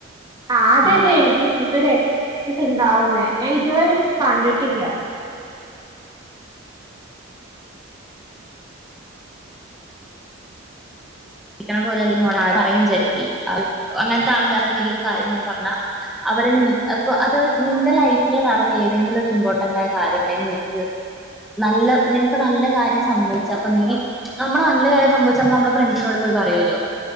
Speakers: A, on the right; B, in the centre.
A: ആദ്യായിട്ടെനിക്ക്
B: ഏഹ്
A: ഇങ്ങനെത്തൊരു എക്സ്പീരിയൻസ് ഇണ്ടാവുന്നേ ഞാൻ ഇതുവരെ ഇങ്ങനെ കണ്ടിട്ടില്ല
B: രിക്കണ പോലെല്ല മോളെ ആരും പറയും ചെരിക്കേ <inaudible> അങ്ങനത്തെ ആൾക് കാരോട് നീ ഒരു കാര്യം വന്ന് പറഞ്ഞാ അവര നീ അപ്പൊ അത് നിന്റെ ലൈഫില് നടന്ന ഏതെങ്കിലൊരു ഇമ്പോർട്ടൻ്റായ കാര്യല്ലെ നിനക്ക് നല്ല നിനക്ക് നല്ല കാര്യം സംഭവിച്ചപ്പ നീ നമ്മള് നല്ല കാര്യം സംഭവിച്ച നമ്മള് നമ്മള ഫ്രണ്ട് നോട് പോയി പറയൂല്ലോ